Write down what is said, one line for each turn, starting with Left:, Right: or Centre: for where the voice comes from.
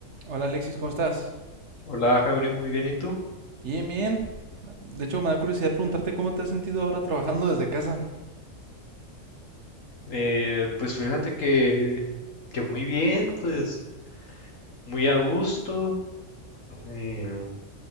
Right: Hola Alexis, ¿cómo estás?
Left: Hola, Javi, muy bien, ¿y tú?
Right: Bien, bien. De hecho, me da curiosidad preguntarte cómo te has sentido ahora trabajando desde casa.
Left: Eh, pues fíjate que, que muy bien, pues muy a gusto. eh,